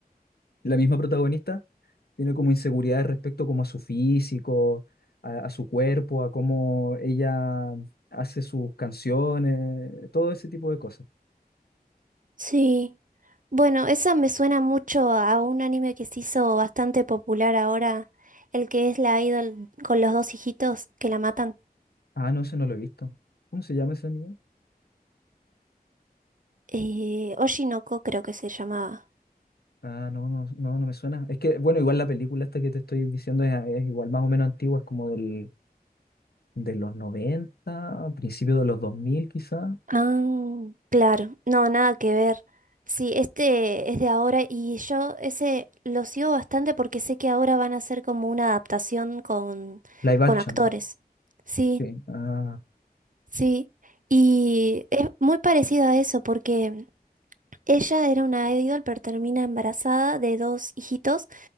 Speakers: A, on the left; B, on the right.
A: la misma protagonista tiene como inseguridades respecto como a su físico, a, a su cuerpo, a cómo ella hace sus canciones, todo ese tipo de cosas.
B: Sí. Bueno, esa me suena mucho a un anime que se hizo bastante popular ahora, el que es la idol con los dos hijitos que la matan.
A: Ah, no, ese no lo he visto. ¿Cómo se llama ese anime?
B: Eh, Oshinoko creo que se llamaba.
A: Ah, no, no, no, no me suena. Es que, bueno, igual la película esta que te estoy diciendo es, es igual más o menos antigua, es como del, de los 90 principio de los 2000 quizás.
B: Ah, claro. No, nada que ver. Sí, este es de ahora y yo ese lo sigo bastante porque sé que ahora van a hacer como una adaptación con,
A: Live action,
B: con actores. Sí,
A: sí. Ah,
B: sí. Y es muy parecido a eso porque... Ella era una idol, pero termina embarazada de dos hijitos,